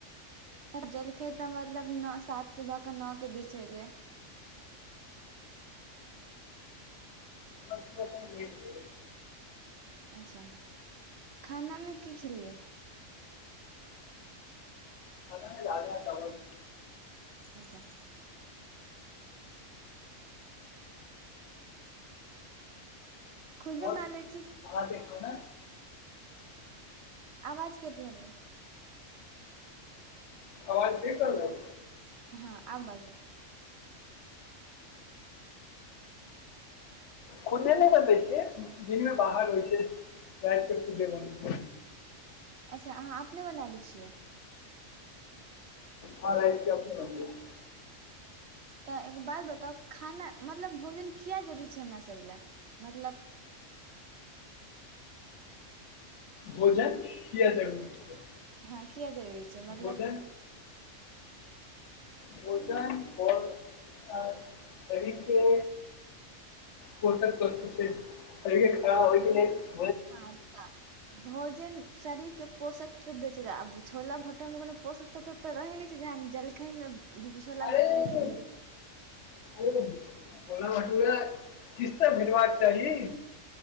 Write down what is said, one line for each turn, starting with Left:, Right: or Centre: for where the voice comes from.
Right: जेलखै तऽ मतलब नौ सात सुबहके नौऽके बीच होइ या
Left: हमरा सुबह कनि भेट होइ
Right: अच्छा खानामे की खेलियै
Left: खानामे राजमा चावल
Right: अच्छा खुदे
Left: आओर
Right: बनालेब
Left: अहाँके कहने
Right: आवाज केटि रहलअछि
Left: आवाज केटि रहल ऐय
Right: हाँ आब बाजू
Left: खुदे नहि बनबै छियै दिनमे बाहर रहै छियै रातिक खुदे बनबै छियै
Right: अच्छा अहाँ अपने बनाबै छियै
Left: हाँ रातिक अपने बनबै छियै
Right: तऽ एक बाद बताउ खाना मतलब भोजन किया जरुरी छै हमरा सब लाए मतलब
Left: भोजन किया जरुरी छै
Right: हाँ किया जरूरी छै मतलब
Left: भोजन भोजन आओर आ शरीरके पोषक तत्व छै एहिके खराब होइके नहि
Right: आच्छा भोजन शरीरके पोषक तत्व दैय छलाह आब छोला भटोरामे कोनो पोषक तऽ- तऽ रहै नै छै जे जलखैमे छोला
Left: अरे
Right: भटोरा
Left: अरे
Right: खेलियै
Left: <unintelligible> छोला भटोरा किछ तऽ भेटबाक चाही